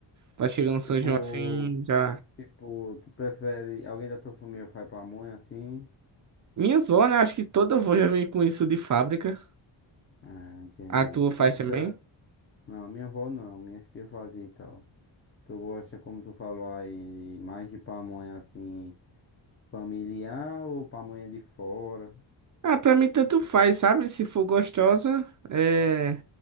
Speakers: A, on the right (about 45°); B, on the left (about 30°).
A: Tá chegando
B: Tipo,
A: São João assim, já.
B: tipo, tu prefere, alguém da tua família faz pamonha assim?
A: Minha zona, acho que toda avó já vem com isso de fábrica.
B: Ah, entendi.
A: A tua
B: Tu
A: faz
B: gosta,
A: também?
B: não, minha avó não, minha tia fazia e tal. Tu gosta, como tu falou aí, mais de pamonha assim, familiar ou pamonha de fora?
A: Ah, pra mim tanto faz, sabe? Se for gostosa, é.